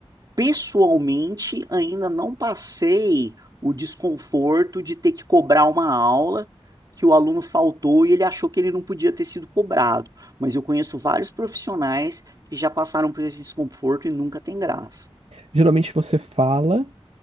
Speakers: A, on the right; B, on the right.
A: pessoalmente ainda não passei o desconforto de ter que cobrar uma aula que o aluno faltou e ele achou que ele não podia ter sido cobrado. Mas eu conheço vários profissionais que já passaram por esse desconforto e nunca tem graça.
B: Geralmente você fala.